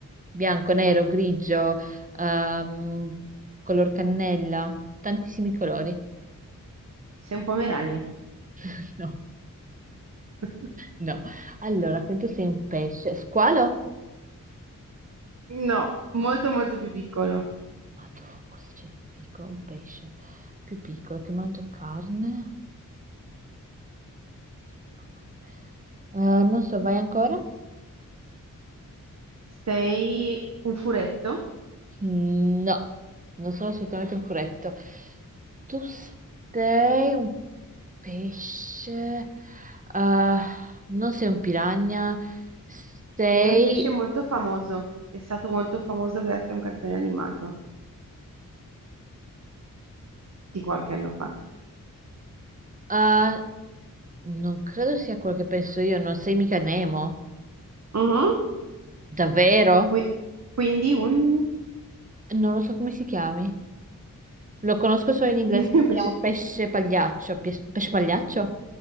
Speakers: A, on the right; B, on the right.
A: bianco, nero, grigio, ehm, color cannella, tantissimi colori.
B: sei un pomerania.
A: <laughs> No,
B: <laughs>
A: no. Allora, quindi tu sei un pesce. Squalo?
B: No, molto molto più piccolo.
A: Madonna, cosa c'è di più piccolo? Un pesce più piccolo che mangia carne. Piccolo. Eh, non so, vai ancora?
B: Sei un furetto
A: No, non sono assolutamente un furetto. Tu sei un pesce, eh, non sei un piranha, sei...
B: e un pesce molto famoso. È stato molto famoso grazie a un cartone animato di qualche anno fa.
A: eh, non credo sia quello che penso io, non sei mica Nemo.
B: Mhm.
A: Davvero?
B: Qui- quindi un
A: Non lo so come si chiami. Lo conosco solo in inglese
B: <laughs>
A: che
B: un
A: si
B: pesce...
A: chiama pesce pagliaccio. Pies- Pesce pagliaccio?